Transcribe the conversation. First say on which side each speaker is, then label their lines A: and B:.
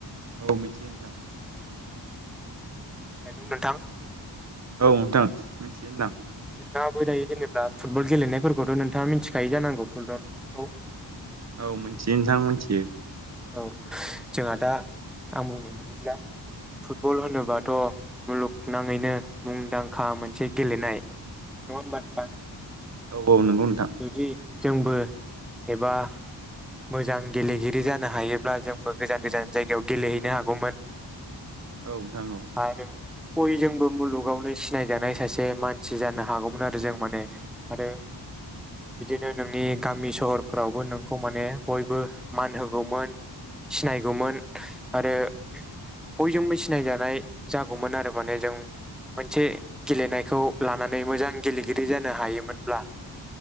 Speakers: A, on the right; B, in the centre.
A: औ मिथियो नोंथां
B: हेलौ नोंथां
A: औ नोंथां मिथियो होनदां
B: नोंथाङाबो दायो जेनेब्ला फुटबल गेलेनायफोरखौथ' नोंथाङा मिथिखायो जानांगौ फुटबल खौ
A: औ मोनथियो नोंथां मोनथियो
B: औ जोंहा दा आं बुंनाय बायदिब्ला फुटबल होनोबाथ' मुलुगनाङैनो मुंदांखा मोनसे गेलेनाय नङा होमबा नोंथां
A: औ औ नंगौ नोंथां
B: जुदि जोंबो एबा मोजां गेलेगिरि जान नो हायोब्ला जोंबो गोजान गोजान जायगायाव गेलेहैनो हागौमोन
A: औ नोंथां औ
B: आरो बयजों बो मुलुगावनो सिनाय जानाय सासे मानसि जानो हागौमोन आरो जों माने आरो बिदिनो नोंनि गामि सहरफोरावबो नोंखौ माने बयबो मान हो गौमोन सिनायगौमोन आरो <unintelligible> बयजोंबो सिनायजानाय जागौमोन आरो माने जों मोनसे गेलेनायखौ लानानै मोजां गेलेगिरि जानो हायोमोनब्ला